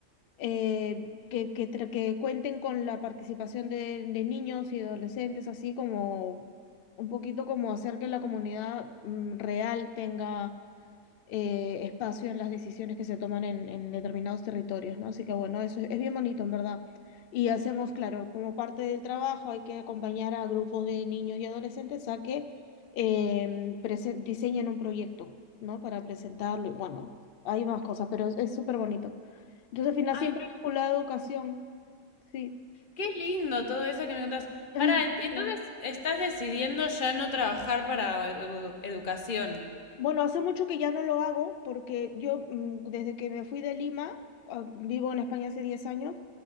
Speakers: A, on the left; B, on the left.
A: eh, que, que, tra- que cuenten con la participación de, de niños y adolescentes, así como un poquito como hacer que la comunidad mm, real tenga eh, espacio en las decisiones que se toman en, en determinados territorios, ¿no? Así que bueno, eso es, es bien bonito, en verdad. Y hacemos, claro, como parte del trabajo hay que acompañar a grupos de niños y adolescentes a que em, prese- diseñen un proyecto, ¿no? Para presentarlo. Y bueno, hay más cosas, pero es es súper bonito. Entonces, al final,
B: Ay,
A: siempre
B: qué,
A: vinculado a educación, sí.
B: qué lindo todo eso que me contás.
A: <laughs>
B: Para, entonces estás decidiendo ya no trabajar para edu- educación.
A: Bueno, hace mucho que ya no lo hago porque yo mm, desde que me fui de Lima, ah, vivo en España hace diez años,